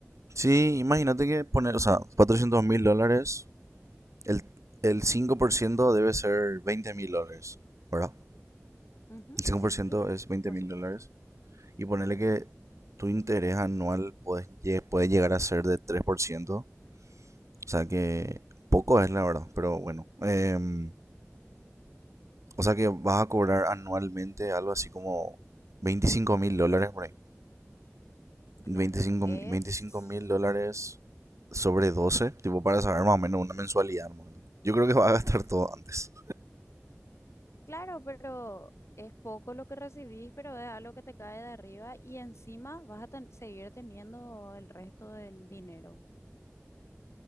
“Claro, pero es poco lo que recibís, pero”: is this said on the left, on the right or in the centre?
Left